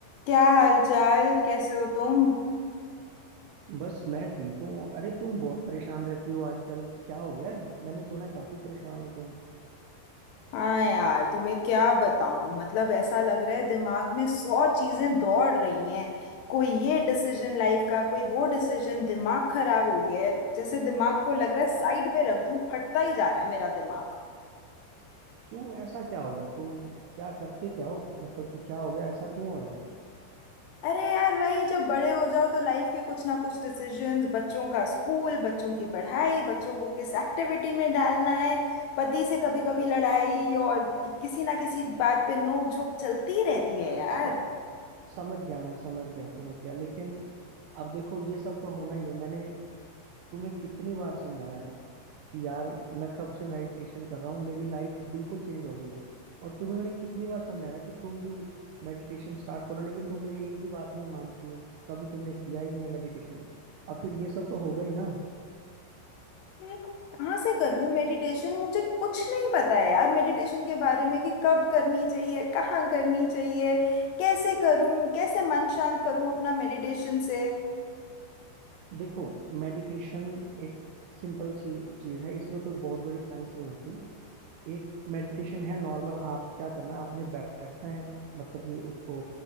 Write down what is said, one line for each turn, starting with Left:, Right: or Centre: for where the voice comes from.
Left: क्या हालचाल कैसे हो तुम
Right: बस मैं ठीक हूँ अरे तुम बहुत परेशान रहती हो आजकल क्या हो गया है? मैंने सुना है काफी परेशान हो तुम
Left: हाँ यार तुम्हें क्या बताऊं मतलब ऐसा लग रहा है दिमाग में सौ चीजें दौड़ रही हैं कोई ये डिसीजन लाइफ का कोई वो डिसीजन दिमाग खराब हो गया है जैसे दिमाग को लग रहा है साइड पे रख दूं फटता ही जा रहा है मेरा दिमाग
Right: क्यों ऐसा क्या हो गया तुम क्या करते क्या हो मतलब कि क्या हो गया ऐसा क्यों हो रहा है
Left: अरे यार वही जब बड़े हो जाओ तो लाइफ के कुछ ना कुछ डिसीजंस बच्चों का स्कूल बच्चों की पढ़ाई बच्चों को किस एक्टिविटी में डालना है पति से कभी कभी लड़ाई और किसी ना किसी बात पे नोक झोंक चलती रहती है
Right: अच्छा
Left: यार
Right: समझ गया मैं समझ गया समझ गया लेकिन अब देखो ये सब तो होना ही है मैंने तुम्हें कितनी बार समझाया है कि यार मैं कब से मेडिटेशन कर रहा हूँ मेरी लाइफ बिल्कुल चेंज हो गई है और तुम्हें मैंने कितनी बार समझाया है कि तुम भी मेडिटेशन स्टार्ट करो लेकिन तुम मेरी एक भी बात नहीं मानती हो कभी तुमने किया ही नहीं है मेडिटेशन अब फिर ये सब तो होगा ही ना
Left: मैं कहाँ से कर लूँ मेडिटेशन मुझे कुछ नहीं पता है यार मेडिटेशन के बारे में कि कब करनी चाहिए कहाँ करनी चाहिए कैसे करूँ कैसे मन शांत करूँ अपना मेडिटेशन से
Right: देखो मेडिटेशन एक सिंपल सी चीज है इसमें कोई बहुत बड़ी साइंस नहीं होती एक मेडिटेशन है नॉर्मल आप क्या करना है आपने बैठना है मतलब कि उसको